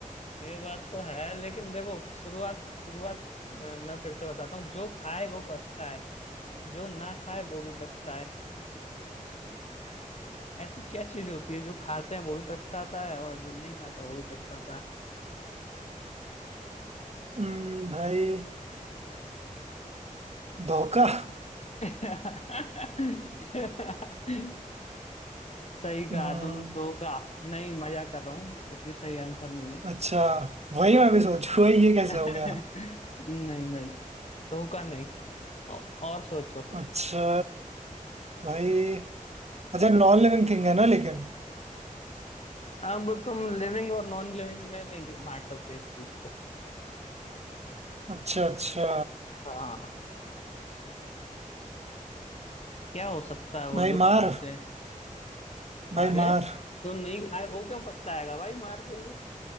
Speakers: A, on the left; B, on the right.
A: ये बात तो है लेकिन देखो शुरुआत शुरुआत अ, मैं फिर से बताता हूँ जो खाए वो पछता है जो ना खाए वो भी पछता है ऐसी क्या चीज होती है जो खाते हैं वो भी पछताता है और जो नहीं खाता वो भी पछताता
B: हम्म, भाई धोखा
A: <laughs> ती- सही कहा
B: हम्म,
A: तुम दो का नहीं मजा कर रहा हूँ इसलिए सही आंसर नहीं है
B: अच्छा वही मैं भी सोचू भाई ये कैसे
A: <laughs>
B: हो गया
A: नहीं नहीं दो का नहीं औ, और सोचो
B: अच्छा भाई अच्छा नॉन लिविंग थिंग है ना लेकिन
A: अब तुम लिविंग और नॉन लिविंग में नहीं बांट सकते इस चीज को
B: अच्छा अच्छा
A: हाँ क्या हो सकता है वो
B: भाई
A: जो
B: मार
A: खाते हैं
B: भाई
A: अरे
B: मार
A: जो नहीं खाए वो क्यों पछताएगा भाई मार के लिए